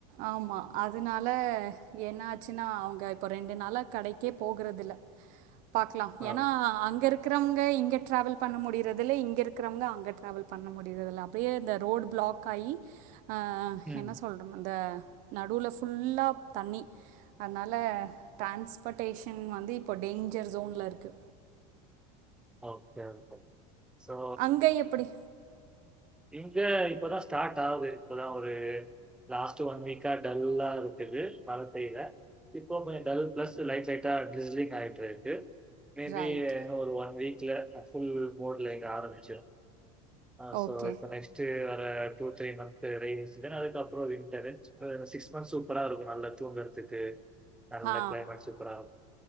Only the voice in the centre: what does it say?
<inaudible>
ஓ!
ம்.
ஓகே ஒகே சோ
இங்க இப்பதா ஸ்டார்ட் ஆவுது இப்பதா ஒரு லாஸ்ட் ஒன் வீக்கா டல்லா இருக்குது மழை பெய்ல இப்போ கொஞ்சோ டல் பிளஸ் லைட் சைட்டா ட்ரிஸ்லிங் ஆயிட்டுருக்கு மேபி
இன்னு ஒரு ஒன் வீக்ல ஃபுல் மோட்ல இங்க ஆரம்பிச்சிரு ஆ சோ
இப்ப நெக்ஸ்ட் வர two, three month rainy season அதுக்கப்றோ வின்டர் எ சிக்ஸ் மந்த்ஸ் சூப்பரா இருக்கு நல்லா தூங்கறதுக்கு நல்ல
கிளைமேட் சூப்பரா இருக்கு